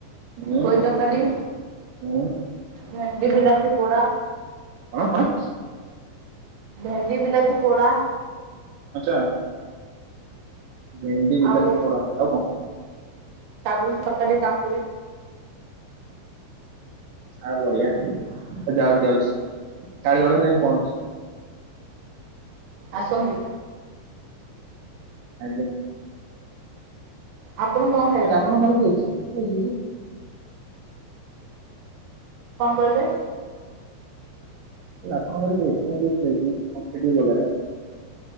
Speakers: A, on the right; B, on the right.
A: ମୁଁ
B: ପୋଇ ତରକାରୀ
A: ମୁଁ
B: ଭେଣ୍ଡି ବିଲାତି ପୋଡା।
A: କଣ କଣ?
B: ଭେଣ୍ଡି ବିଲାତି ପୋଡା।
A: ଆଛା ଭେଣ୍ଡି ବିଲାତି
B: ଆଉ
A: ପୋଡ଼ା, ଆଉ କଣ?
B: କାବୁଲି ତରକାରି କାକୁଡି।
A: ଆଁ ବଢିଆ ଯାଉ ଯାଉଛି ଥାଳି ବାଢ଼ ମୁଁ ଯାଇକି ପହଞ୍ଚୁଛି।
B: ଆସନ୍ତୁ।
A: ଆଜ୍ଞା
B: ଆପଣ କଣ ଖାଇଛନ୍ତି
A: ଆପଣ ଘର କିଏ <unintelligible>
B: କଣ କହିଲେ?
A: ଆପଣଙ୍କ ଘରେ କିଏ ଏକ୍ସାମ୍ ଦେଇଥିଲେ କି କମ୍ପିଟିଭ ଘରିକା?